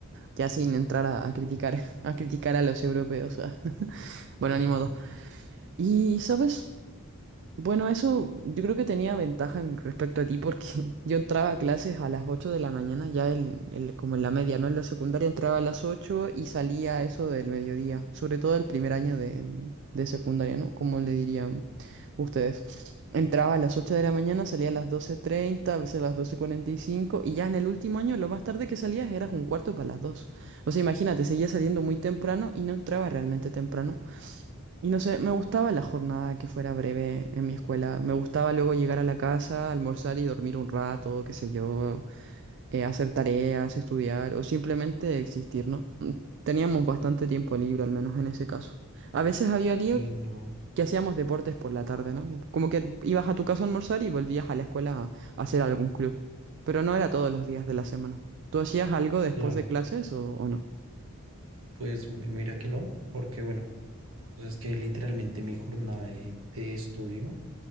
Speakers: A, on the right (about 55°); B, on the right (about 70°).
A: Ya sin entrar a,
B: Eso
A: a criticar,
B: es verdad.
A: <laughs> a criticar a los europeos, ah. <laughs> Bueno,
B: <laughs>
A: ni modo. Y, ¿sabes? Bueno, eso yo creo que tenía ventaja en respecto a ti porque <laughs> yo entraba a clases a las 8 de la mañana, ya en- en- como en la media, ¿no? En la secundaria entraba a las 8 y salía a eso del mediodía, sobre todo el primer año de, de secundaria, ¿no? Como le dirían ustedes. Entraba a las 8 de la mañana, salía a las doce treinta a veces a las doce cuarenta y cinco y ya en el último año lo más tarde que salías eras un cuarto para las dos O sea, imagínate, seguía saliendo muy temprano y no entraba realmente temprano. Y no sé, me gustaba la jornada que fuera breve en mi escuela. Me gustaba luego llegar a la casa, almorzar y dormir un rato, qué sé yo, eh, hacer tareas, estudiar o simplemente existir, ¿no? Teníamos bastante tiempo libre, al menos en ese caso. A veces había días
B: Sí, no,
A: que hacíamos deportes por la tarde, ¿no? Como que ibas a tu casa a almorzar y volvías a la escuela a hacer algún club. Pero no era todos los días de la semana. ¿Tú hacías algo después
B: claro.
A: de clases o, o no?
B: Pues mi- mira que no, porque bueno, o sea, es que literalmente mi jornada de, de estudio